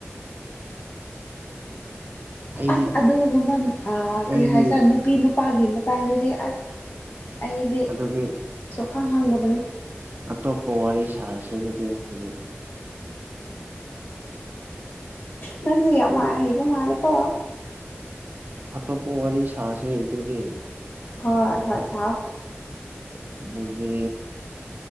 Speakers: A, on the right; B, on the left.
A: ꯑꯩꯗꯤ
B: ꯑꯁ ꯑꯗꯨꯒꯨꯝꯕ ꯑ ꯀꯔꯤ
A: ꯑꯩꯗꯤ
B: ꯍꯥꯏꯁꯤꯔ ꯅꯨꯄꯤ ꯅꯨꯄꯥꯒꯤ ꯃꯇꯥꯡꯗꯗꯤ ꯑꯁ ꯑꯩꯗꯤ
A: ꯑꯗꯨꯗꯤ
B: ꯁꯣꯛꯈꯥꯡ ꯍꯪꯗꯕꯅꯤ꯫
A: ꯑꯠꯇꯣꯞꯄ ꯋꯥꯔꯤ ꯁꯥꯔꯁꯦ ꯑꯗꯨꯗꯤ ꯍꯧꯖꯤꯛ꯫
B: ꯅꯪꯁꯨ ꯌꯥꯝ ꯃꯥꯥꯏ ꯍꯩꯕ ꯃꯥꯂꯦꯀꯣ꯫
A: ꯑꯇꯣꯄ ꯋꯥꯔꯤ ꯁꯥꯁꯦ ꯑꯗꯨꯗꯤ꯫
B: ꯍꯣꯏ ꯍꯣꯏ ꯁꯥꯎ
A: ꯑꯗꯨꯗꯤ꯫